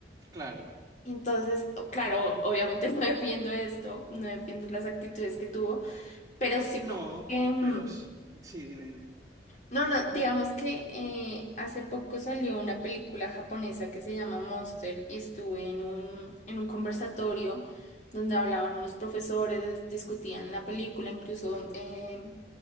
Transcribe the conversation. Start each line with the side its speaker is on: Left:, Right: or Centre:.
Right: claro.
Left: Entonces, o- claro, obviamente <laughs> no defiendo esto, no defiendo las actitudes que tuvo, pero sí como
Right: No,
Left: que... mm,
Right: pero s- sí, dime, dime.
Left: No, no, digamos que eh, hace poco salió una película japonesa que se llama Monster y estuve en un, en un conversatorio donde hablaban unos profesores, discutían la película, incluso... em,